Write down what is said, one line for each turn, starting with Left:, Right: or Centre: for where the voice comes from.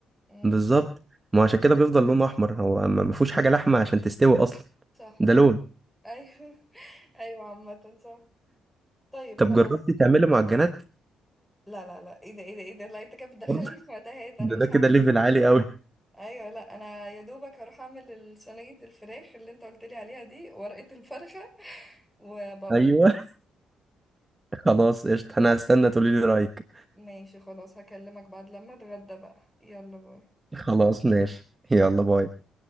Centre: مم.
Right: بالظبط ما هو عشان كده بيفضل لونه أحمر هو ما ما فيهوش حاجة لحمة عشان تستوي أصلا
Centre: صح
Right: ده
Centre: صح
Right: لون
Centre: ايوه <laughs> ايوه عامة صح طيب
Right: طب
Centre: خلاص
Right: جربتي تعملي معجنات
Centre: لا لا لا ايه ده ايه ده ايه ده لا انت كده بتدخلني
Right: برضه
Centre: في متاهات
Right: <laughs>
Centre: انا
Right: ده
Centre: مش
Right: ده كده
Centre: هعمل
Right: ليفل
Centre: الكلام
Right: عالي
Centre: ده
Right: قوي
Centre: ايوه لا انا يا دوبك هروح اعمل ال- صينية الفراخ اللي انت قلت لي عليها دي ورقة الفرخة وبقول
Right: أيوه
Centre: لك
Right: <laughs> خلاص قشطة أنا هستنى تقولي لي رأيك
Centre: ماشي خلاص هكلمك بعد لما اتغدى بقى يلا باي
Right: خلاص ماشي يلا باي